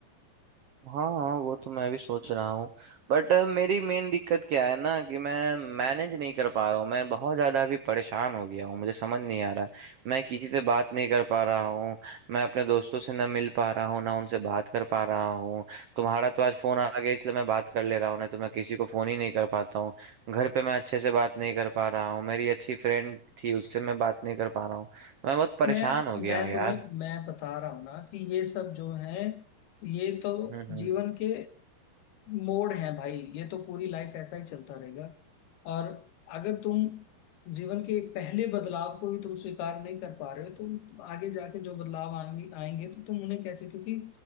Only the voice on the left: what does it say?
मैं
मैं
तुम्हें मैं बता रहा हूँ ना कि ये सब जो है ये तो
जीवन के मोड़ है भाई ये तो पूरी लाइफ ऐसा ही चलता रहेगा और अगर तुम जीवन के पहले बदलाव को ही तुम स्वीकार नहीं कर पा रहे हो तो तुम आगे जाके जो बदलाव आएंगे आएंगे तो तुम उन्हें कैसे क्योंकि